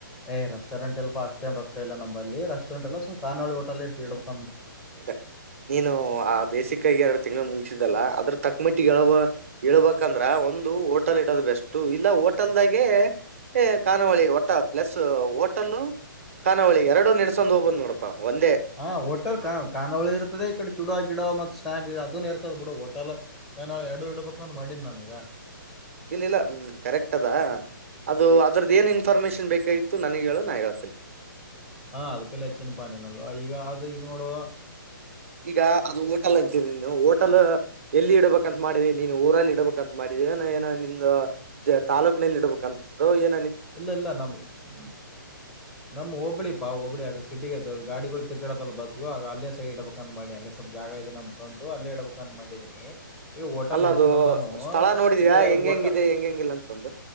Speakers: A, in the centre; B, on the right.
A: ಏ್ ರೆಸ್ಟೋಂಟ್ಲ್ ಅಷ್ಟೇ ರೊಕ್ಕ ಇಲ್ಲ ನಂಬಲ್ಲಿ ರೆಸ್ಟರೆಂಟ್ ಎಲ್ಲ ಸು್ ಕಳ ಹೋಟೆ ಎ ಇಡ್ಬೇಕು
B: ಅ ನೀನು ಆ ಬೇಸಿಕ್ಾಗಿ ಎರಡು ತಿಂಗಳು ಮುಗ ಲ್ಲ ಅದ್ರ ತಕ್ ಮಿಟ್ಟಿಗೆಬ ಹೇಳ್ಬೇಕಂದ್ರೆ ಒಂದು ಹೋಟೆಲ್ ಇಡೋದು ಬೆಸ್ಟ್ ಇಲ್ಲ ಹೋಟೆಲ್ದಾಗ ಗೆ ಕಖಾನಾವಳಿ ಒಟ್ಟ ಪ್ಲಸ್ ಹೋಟಲ್ಲ ಕಾನೋಳಿ ಎರಡು ನಡ್ಸೊಂಡ್ ಹೋಗಬ್ ನೋಡಪ್ಪ ಒಂದೇ
A: ಹಾ ಹೋಟಲ್ ಕ ಕಾನಾವಳಿ ಇರ್ತದೆ ಈ ಕಡೆ ಚೂಡ ಗಿಡ ಮತ್ ಸ್ನಾಕ್ ಅದೂ ಇರ್ತದ ಬಿಡು ಹೋಟೆಲ್ ಕಾನಳ ಎರಡು ಇಡಬೇಕ ಮಾಡಿ ಎನ್ನ ಮೆಗ
B: ಇಲ್ಲ ಇಲ್ಲ ಹ್ಮ್ ಕರೆಕ್ಟ್ ಅದಾ ಅದು ಅದ್ರದ ಏನ್ ಇನ್ಫಾರ್ಮೇಶನ್ ಬೇಕಾಗಿತ್ತು ನನಗ್ ಹೇಳ ನಾ ಹೇಳ್ತೇನ
A: ಹಾ ಅದಕಲ್ಲ ಹೆಚ್ಚನ್ ಪಾನೆನಗ ಈಗ ಅದು ಈಗ ನೋಡುುವ
B: ಈಗ ಅದು ಹೋಟೆಲ್ ಅಂತಿ ನೀ ಹೋಟಲ್ ಎಲ್ಲಿ ಇಡ್ಬೇಕ ಂತ ಮಾಡೀಿ ನೀನ್ ಊರಲ್ಲಿ ಇಡ್ಬೇಕಂತ ಮಾಡಿದಿ ಏನ ನಿ ತಾಲೂಕಿನಲ್ಲಿ ಇಡಬೇಕಂತ ಏ
A: ಇಲ್ಲ ಇಲ್ಲ ನಮ ಹ್ಮ್ ನಮ್ ಹಬ್ಬಳಿ ಪಾ ಹಬ್ಬಳಿ ಯಾಕ ಸಿಟಿಗೆ ಗಾಡಿಗಳು ತೆ ಡಲ್ಲ ಬಸ್ಗು ಆಗ ಅಲ್ಲೇ ಸೈಡ್ ಇಡಬೇಕ ಅಂತ ಮಾಡಿ ಅೇ ಸ್ವಲ್ಪ ಜಾಗ ಇದೆ ನಮ್ ಸ್ವಂತು ಅಲ್ಲೇ ಇಡಬೇಕಂತ ಮಾಡಿದೀನಿ ಈಗ ಹಓಟಲ್
B: ಅಲ್ಲ
A: ಇಡತನಲ್
B: ಅದು
A: ನಾನು
B: ಸ್ಥಳ ನೋಡಿದ್ಯಾ
A: ಈಗ
B: ಹೆಂಗ್
A: ಓಟ
B: ಹೆಂಗಿದೆ ಹೆಂಗ್ ಹೆಂಗಿಲ್ಲ ಅಂತಂದು